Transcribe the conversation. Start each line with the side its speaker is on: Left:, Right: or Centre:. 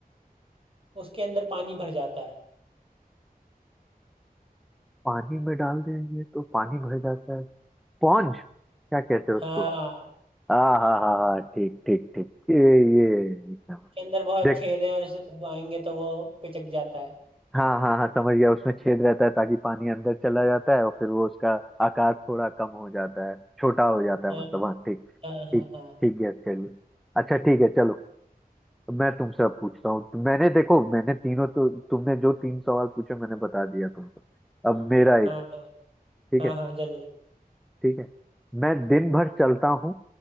Right: उसके अंदर पानी भर जाता है
Centre: पानी में डाल देंगे तो पानी भर जाता है स्पॉन्ज क्या कहते हैं
Right: हाँ
Centre: उसको हाँ हाँ हाँ हाँ ठीक ठीक ठीक ये ये एकदम
Right: के अंदर बहुत
Centre: देख
Right: छेद है और इसे दबाएंगे तो वो पिचक जाता है
Centre: हाँ हाँ हाँ समझ गया उसमें छेद रहता है ताकि पानी अंदर चला जाता है और फिर वो उसका आकार थोड़ा कम हो जाता है छोटा हो जाता है
Right: हाँ
Centre: मतलब हाँ ठीक
Right: हाँ हाँ
Centre: ठीक
Right: हाँ
Centre: ठीक गेस कर लिया अच्छा ठीक है चलो मैं तुमसे अब पूछता हूँ तो मैंने देखो मैंने तीनों तो तुमने जो तीन सवाल पूछे मैंने बता दिया तुमको अब मेरा
Right: हाँ
Centre: एक
Right: हाँ
Centre: ठीक
Right: हाँ
Centre: है
Right: हाँ जरूर
Centre: ठीक है मैं दिन भर चलता हूँ